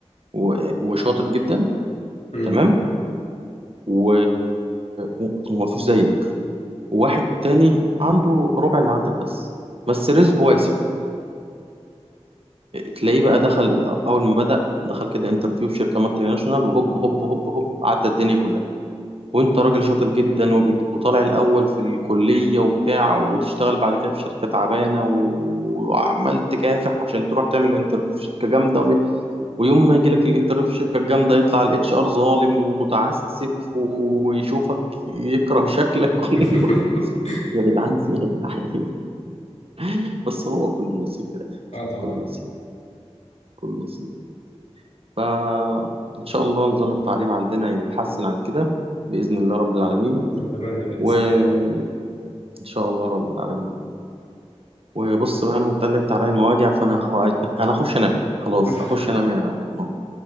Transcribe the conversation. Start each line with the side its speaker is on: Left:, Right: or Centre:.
Right: و... وشاطر جدا
Left: مم.
Right: تمام و... و- ومفيش زيك وواحد تاني عنده ربع اللي عندك بس بس رزقه واسع تلاقيه بقى دخل اول ما بدأ دخل كده انترفيو في شركه مالتي ناشونال وهوب هوب هوب هوب عدى الدنيا كلها وانت راجل شاطر جدا وبت- وطالع الاول في الكليه وبتاع وتشتغل بعد كده في شركه تعبانه و- وعمال تكافح عشان تروح تعمل انترفيو في شركه جامده وم- ويوم ما يجي لك الانترفيو في الشركه الجامده يطلع الاتش ار ظالم ومتعسف ويشوفك يكره شكلك <laughs>
Left: <laughs>
Right: يا جدعان في ايه يا جدعان <laughs> بس هو كل نصيب كده
Left: اه طبعا
Right: كل نصيب كل نصيب فإن شاء الله نظام التعليم عندنا يتحسن عن كده بإذن الله رب العالمين
Left: نتمنى بإذن
Right: وإن
Left: الله
Right: شاء الله رب العالمين وبص بقى أنا اتقلبت عليا المواجع فأنا هو- أنا هخش أنام خلاص
Left: <laughs>
Right: هخش أنام يا عمر.